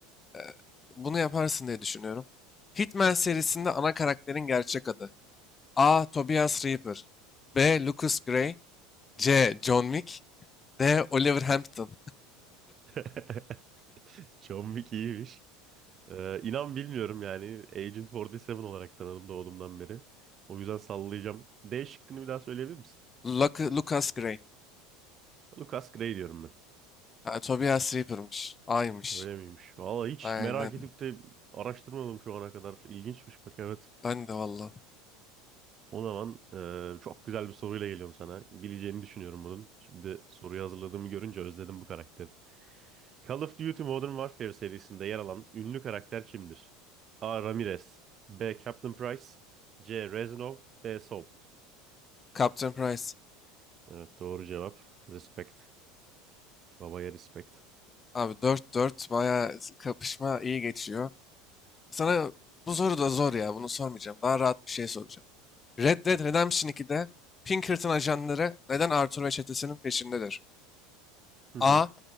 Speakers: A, on the left; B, on the right.
A: e, bunu yaparsın diye düşünüyorum. Hitman serisinde ana karakterin gerçek adı. A. Tobias Reaper B. Lucas Gray C. John Wick D. Oliver Hampton
B: <laughs> John Wick iyiymiş. Ee, inan bilmiyorum yani. Agent 47 olarak tanıdım doğduğumdan beri. O yüzden sallayacağım. D şıkkını bir daha söyleyebilir misin?
A: <laughs> Lucas Gray
B: Lucas Gray diyorum ben.
A: Ha, Tobias Reaper'mış. Aymış.
B: Öyle miymiş? Valla hiç
A: Aynen.
B: merak edip de araştırmadım şu ana kadar. İlginçmiş bak evet.
A: Ben de valla.
B: O zaman e, çok güzel bir soruyla geliyorum sana. Bileceğini düşünüyorum bunun. Şimdi soruyu hazırladığımı görünce özledim bu karakteri. Call of Duty Modern Warfare serisinde yer alan ünlü karakter kimdir? A. Ramirez B. Captain Price C. Reznov D. Soap.
A: Captain Price.
B: Evet doğru cevap. Respect. Babaya respect.
A: Abi dört dört baya kapışma iyi geçiyor. Sana bu soru da zor ya. Bunu sormayacağım. Daha rahat bir şey soracağım. Red Dead Redemption 2'de Pinkerton ajanları neden Arthur ve çetesinin peşindedir?
B: Hı
A: A.
B: hı.